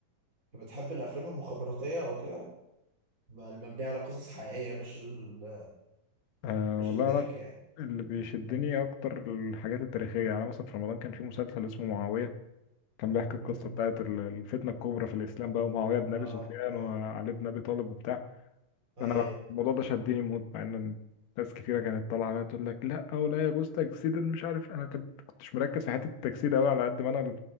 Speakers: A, on the right; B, on the left.
A: م. بتحب الافلام المخابراتيه او كده ما- المبنيه على قصص حقيقيه مش ال...
B: أه
A: مش
B: والله
A: الضحك
B: انا
A: يعني
B: اللي بيشدني اكتر الحاجات التاريخيه يعني أنا مثلا في رمضان كان في مسلسل اسمه معاويه كان بيحكي القصه
A: م.
B: بتاعت ال- الفتنه الكبرى في الاسلام بقى ومعاويه بن ابي
A: اه
B: سفيان
A: اه
B: وعلي بن ابي طالب وبتاع
A: ايوه
B: انا الموضوع ده شدني موت مع ان ناس كتيره كانت طالعه عليا تقول لك لا او لا يجوز تجسيد مش عارف انا كنت كنتش مركز في حته التجسيد قوي على قد ما انا